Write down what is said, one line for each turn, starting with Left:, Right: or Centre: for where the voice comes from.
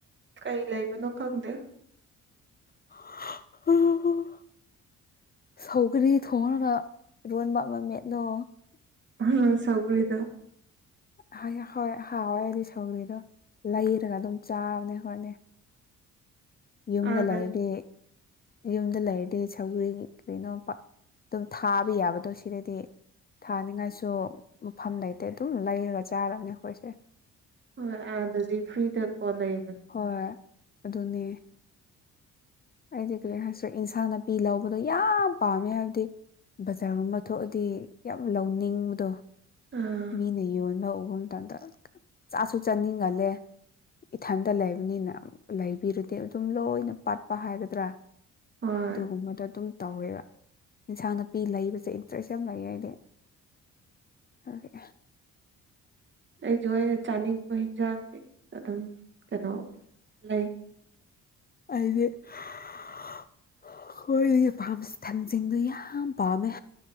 Right: ꯀꯩ ꯂꯩꯕꯅꯣ ꯈꯪꯗꯦ
Left: <unintelligible> ꯁꯧꯒꯔꯤ ꯊꯣꯡꯉꯒ ꯏꯔꯣꯟꯕ ꯑꯃ ꯃꯦꯠꯂꯣ
Right: ꯎꯝ ꯁꯧꯒꯔꯤꯗꯣ
Left: ꯍꯥꯌꯥ ꯍꯣꯏ ꯍꯥꯎꯋꯦ ꯑꯩꯗꯤ ꯁꯧꯒ꯭ꯔꯤꯗꯣ ꯂꯩꯔꯒ ꯑꯗꯨꯝ ꯆꯥꯕꯅꯦ ꯍꯣꯠꯅꯤ ꯌꯨꯝꯗ
Right: ꯑꯥꯗ
Left: ꯂꯩꯔꯗꯤ ꯌꯨꯝꯗ ꯂꯩꯔꯗꯤ ꯁꯧꯒ꯭ꯔꯔꯤ ꯀꯩꯅꯣ ꯄ ꯑꯗꯨꯝ ꯊꯥꯕ ꯌꯥꯕꯗꯣ ꯁꯤꯗꯗꯤ ꯊꯥꯅꯤꯡꯉꯥꯏꯁꯨ ꯃꯐꯝ ꯂꯩꯇꯦ ꯑꯗꯨꯝ ꯂꯩꯔꯒ ꯆꯥꯔꯕꯅꯦ ꯑꯩꯈꯣꯏꯁꯦ
Right: ꯍꯣꯏ ꯑꯗꯗꯤ ꯐ꯭ꯔꯤꯗ ꯀꯣꯜ ꯂꯩ
Left: ꯍꯣꯏ ꯑꯗꯨꯅꯦ ꯑꯩꯗꯤ ꯀꯔꯤ ꯍꯥꯏꯁꯤꯔ ꯏꯟꯁꯥꯡ ꯅꯥꯄꯤ ꯂꯧꯕꯗꯣ ꯌꯥꯝ ꯄꯥꯝꯃꯦ ꯍꯥꯏꯕꯗꯤ ꯕꯖꯥꯔꯒꯨꯝꯕ ꯊꯣꯛꯑꯗꯤ ꯌꯥꯝ ꯂꯧꯅꯤꯡꯕꯗꯣ
Right: ꯑꯥ
Left: ꯃꯤꯅ ꯌꯣꯟꯕ ꯎꯕ ꯃꯇꯝꯗ ꯆꯥꯁꯨ ꯆꯥꯅꯤꯡꯒꯜꯂꯦ ꯏꯊꯟꯇ ꯂꯩꯕꯅꯤꯅ ꯂꯩꯕꯤꯔꯗꯤ ꯑꯗꯨꯝ ꯂꯣꯏꯅ ꯄꯥꯠꯄ ꯍꯥꯏꯒꯗ꯭ꯔꯥ
Right: ꯍꯣꯏ
Left: ꯑꯗꯨꯒꯨꯝꯕꯗꯣ ꯑꯗꯨꯝ ꯇꯧꯋꯦꯕ ꯏꯟꯁꯥꯡ ꯅꯥꯄꯤ ꯂꯩꯕꯁꯦ ꯏꯟꯇꯔꯦꯁ ꯌꯥꯝ ꯂꯩ ꯑꯩꯗꯤ ꯑꯗꯨꯒꯤ ꯑꯍ
Right: ꯑꯩꯁꯨ ꯑꯩꯅ ꯆꯥꯅꯤꯡꯕ ꯍꯤꯟꯖꯥꯡꯗꯤ ꯑꯗꯨꯝ ꯀꯩꯅꯣ ꯂꯩ
Left: ꯍꯥꯏꯗꯤ ꯍꯍ ꯍꯣꯏꯒꯤ ꯄꯥꯝꯁ ꯊꯥꯡꯖꯤꯡꯗꯣ ꯌꯥꯝ ꯄꯥꯝꯃꯦ